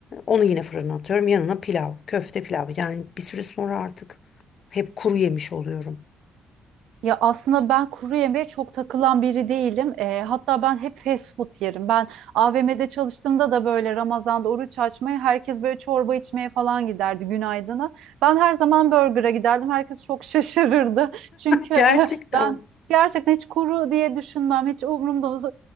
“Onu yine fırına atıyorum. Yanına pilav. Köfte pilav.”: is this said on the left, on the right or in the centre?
Left